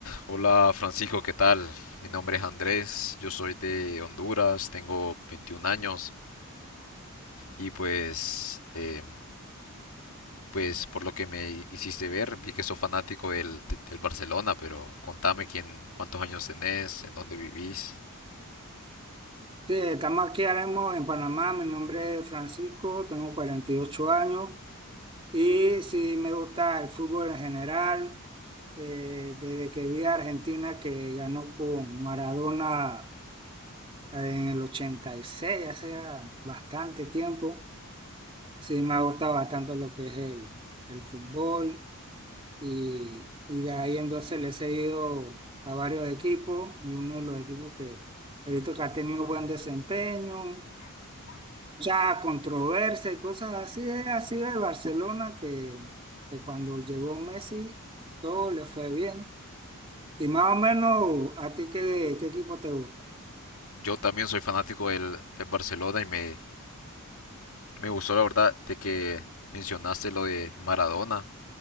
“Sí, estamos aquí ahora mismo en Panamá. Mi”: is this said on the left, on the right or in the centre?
Right